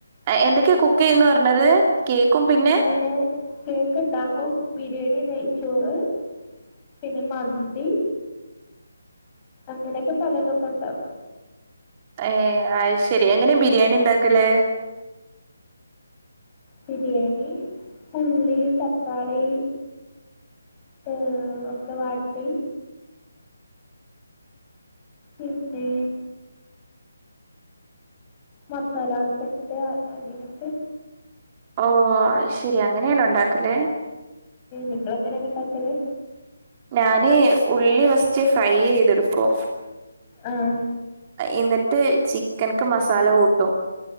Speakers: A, on the right; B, on the left.
A: എന്തൊക്കെയ കുക്ക്യ്യുന്ന് പർഞ്ഞത് കേക്കും പിന്നെ
B: ഞാന് കേക്ക്ണ്ടാക്കും ബിരിയാണി നെയ്ച്ചോറ് പിന്നെമന്തി അങ്ങനെയൊക്കെ പലതൊക്കെ ഇണ്ടാകും.
A: ഏ അയ് ശരി എങ്ങനെ ബിരിയാണി ഇണ്ടാക്കല്?
B: ബിരിയാണി ഉള്ളി തക്കാളി. ഏ ഒക്കെ വാട്ടി. പിന്നെ. മസാലാളൊക്കെ ഇട്ട് അങ്ങനൊക്കെ.
A: ഓ അയ് ശരി അങ്ങനെയാണോ ഇണ്ടാക്കല്?
B: നിങ്ങളെങ്ങനയാ ഇണ്ടാകല്?
A: ഞാന് ഉള്ളി വസ്റ്റ് ഫ്രൈ ചെയ്തെടുക്കു.
B: ആഹ്
A: എന്നിട്ട് ചിക്കനിക്ക് മസാല കൂട്ടും